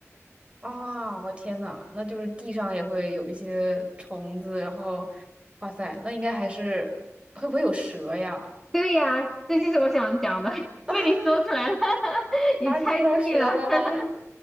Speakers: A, on the right; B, in the centre.
A: 啊，我天呐，那就是地上也会有一些虫子，然后，哇塞，那应该还是会不会有蛇呀？
B: 对呀，这就是我想讲的，<laughs>
A: <laughs>
B: 被你说出来了，<laughs> 你猜对了。
A: 啊，你遇到蛇了吗？
B: <laughs>